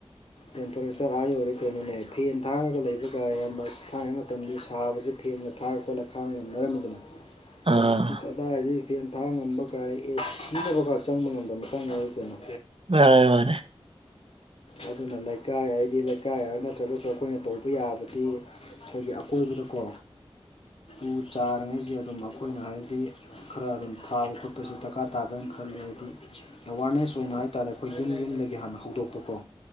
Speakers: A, on the left (about 70°); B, on the right (about 65°).
A: ꯇꯦꯝꯄꯔꯦꯆꯔ ꯑꯥ ꯌꯧꯔꯦ ꯀꯩꯅꯣꯅꯦ ꯐꯦꯟ ꯊꯥꯡꯉꯒ ꯂꯩꯕꯒ ꯌꯥꯝ ꯊꯥꯡꯉꯩ ꯃꯇꯝ ꯁꯥꯕꯁꯤ ꯐꯦꯟꯒ ꯊꯥꯔ ꯈꯣꯠꯂ ꯈꯥꯡꯕ ꯉꯝꯅꯔꯝꯃꯤꯗꯅ
B: ꯑꯥ
A: ꯍꯧꯖꯤꯛꯇꯤ ꯀꯗꯥꯏꯗꯒꯤ ꯐꯦꯟ ꯊꯥ ꯉꯝꯕꯒꯥꯏ ꯑꯦꯁ ꯄꯅꯕꯒꯔ ꯆꯪꯕ ꯉꯝꯗ ꯃꯊꯪꯗ ꯀꯩꯅꯣ
B: ꯃꯥꯅꯦ ꯃꯥꯅꯦ
A: ꯑꯗꯨꯅ ꯂꯩꯀꯥꯏ ꯍꯥꯏꯗꯤ ꯂꯩꯀꯥꯏ ꯍꯥꯏꯔ ꯅꯠꯇ꯭ꯔꯒꯁꯨ ꯑꯩꯈꯣꯏꯅ ꯇꯧꯕ ꯌꯥꯕꯗꯤ ꯑꯩꯈꯣꯏꯒꯤ ꯑꯀꯣꯏꯕꯗꯀꯣ ꯎ ꯆꯥꯔꯤꯉꯩꯁꯦ ꯑꯗꯨꯝ ꯑꯩꯈꯣꯏꯅ ꯍꯥꯏꯕꯗꯤ ꯈꯔ ꯑꯗꯨꯝ ꯊꯥꯕ ꯈꯣꯠꯄꯁꯨ ꯗꯔꯀꯥꯔ ꯇꯥꯕꯅ ꯈꯜꯂꯦ ꯍꯥꯏꯗꯤ ꯑꯦꯋꯥꯔꯅꯦꯁ ꯑꯣꯏꯅ ꯍꯥꯏ ꯍꯥꯏꯇꯥꯥꯔꯦ ꯑꯩꯈꯣꯏ ꯌꯨꯝ ꯌꯨꯝꯗꯒꯤ ꯍꯥꯟꯅ ꯍꯧꯗꯣꯛꯄꯀꯣ